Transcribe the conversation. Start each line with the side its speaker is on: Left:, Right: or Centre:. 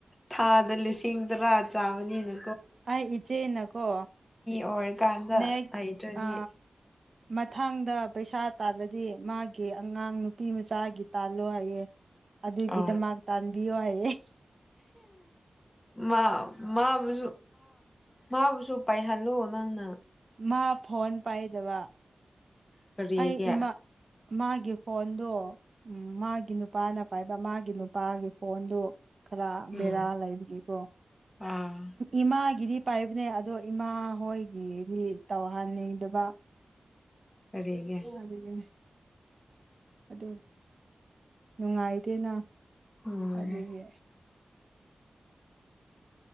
Left: ꯊꯥꯗ ꯂꯤꯁꯤꯡ ꯇꯔꯥ ꯆꯥꯝꯃꯅꯤꯅꯦ
Right: ꯑꯩ ꯏꯆꯦꯅꯀꯣ
Left: ꯑꯣꯏꯔꯀꯥꯟꯗ
Right: ꯅꯦꯛꯁ
Left: ꯍꯩꯇ꯭ꯔꯗꯤ
Right: ꯃꯊꯪꯗ ꯄꯩꯁꯥ ꯇꯥꯜꯂꯗꯤ ꯃꯥꯒꯤ ꯀꯦ ꯑꯉꯥꯡ ꯅꯨꯄꯤ ꯅꯨꯄꯤ ꯃꯆꯥꯒꯤ ꯇꯥꯜꯂꯣ ꯍꯥꯏꯑꯦ ꯑꯗꯨꯒꯤꯗꯃꯛ
Left: ꯑ
Right: ꯇꯥꯟꯕꯤꯌꯣ ꯍꯥꯏꯑꯦ <inaudible>
Left: ꯃꯥꯕꯨ ꯃꯥꯕꯨꯁꯨ ꯄꯥꯏꯍꯜꯂꯣ ꯅꯪꯅ
Right: ꯃꯥ ꯐꯣꯟ ꯄꯥꯏꯗꯕ
Left: ꯀꯔꯤ
Right: ꯑꯩ
Left: ꯒꯤ
Right: ꯏꯃꯥ ꯃꯥꯒꯤ ꯐꯣꯟꯗꯣ ꯎꯝ ꯃꯥꯒꯤ ꯅꯨꯄꯥꯅ ꯄꯥꯏꯕ ꯃꯥꯒꯤ ꯅꯨꯄꯥꯒꯤ ꯐꯣꯟꯗꯨ ꯈꯔ
Left: ꯎꯝ
Right: ꯕꯦꯔꯥ ꯂꯩꯕꯒꯤꯦꯀꯣ
Left: ꯑꯥ
Right: ꯏꯃꯥ ꯒꯤꯗꯤ ꯄꯥꯏꯕꯅꯦ ꯑꯗꯣ ꯏꯃꯥ ꯍꯣꯏꯒꯤꯗꯤ ꯇꯧꯍꯟꯅꯤꯡꯗꯕ
Left: ꯀꯔꯤꯒꯤ
Right: ꯑꯗꯨꯒꯤꯅꯦ ꯑꯗꯨ ꯅꯨꯡꯉꯥꯏꯗꯦꯅ
Left: ꯎꯝ
Right: ꯑꯗꯨꯒꯤ